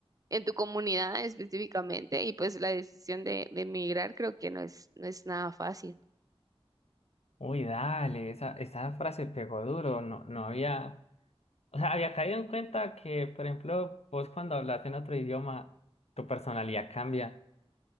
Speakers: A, on the right; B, on the left.
A: en tu comunidad específicamente, y pues la decisión de, de emigrar creo que no es, no es nada fácil.
B: Uy, dale, esa, esa frase pegó duro, no, no había, o sea, había caído en cuenta que, por ejemplo, vos cuando hablas en otro idioma, tu personalidad cambia